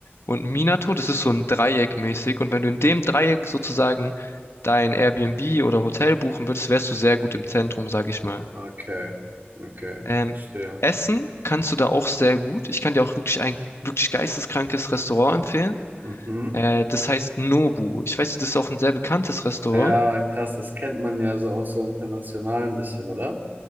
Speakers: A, on the left; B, on the right.
A: und Minato. Das ist so ein Dreieck mäßig. Und wenn du in dem Dreieck sozusagen dein Airbnb oder Hotel buchen würdest, wärst du sehr gut im Zentrum, sag ich mal.
B: Okay. Okay,
A: Ähm,
B: verstehe.
A: Essen kannst du da auch sehr gut. Ich kann dir auch wirklich ein wirklich geisteskrankes Restaurant empfehlen.
B: Mhm.
A: Äh, das heißt Nobu. Ich weiß, das ist auch ein sehr bekanntes Restaurant.
B: Ja, krass, das kennt man ja so auch so international ein bisschen, oder?